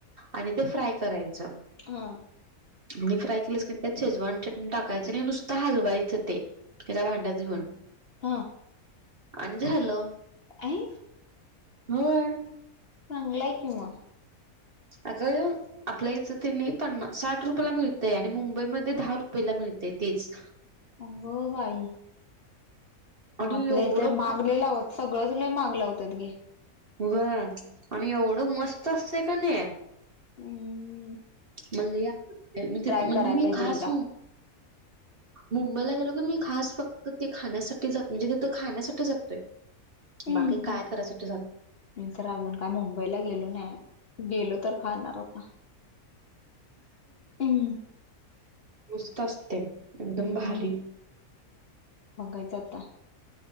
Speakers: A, on the right (about 40°); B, on the left (about 45°).
A: आणि ते फ्राय करायचं.
B: हां
A: आणि फ्राय केलेस क त्यात शेजवान चटणी टाकायच आणि नुसतं हलवायचं ते. एका भांड्यात घेऊन
B: हा
A: आणि झालं.
B: आई.
A: होय.
B: चांगलाय की मग.
A: आग. आपल्या इथं ते नाही पन्नास साठ रुपयला मिळतय आणि मुंबईमध्ये दहा रुपयेला मिळते तेच.
B: अ ग बाई
A: आणि
B: मग आपल्या
A: एवढं
B: तर माहागं.
A: म
B: <inaudible> सगळं ल मागलं होत गे
A: होय आणि एवढं मस्त असत कणी
B: हम्म
A: मला लय आवडती
B: ट्राय
A: आणि
B: कराय
A: मी
B: पाहिजे
A: खास.
B: एकदा
A: मुंबईला गेलो की मी खास फक्त ते खाण्यासाठी जातो म्हणजे तिथं खाण्यासाठी जातोय.
B: हम्म
A: बाकी काय करायसाठी जातं नाही.
B: मी तर अजून काय मुंबईला गेलो नाही गेलो तर खाणार आता. हम्म
A: मस्त असते एकदम
B: हम्म
A: भारी.
B: बघायचं आता.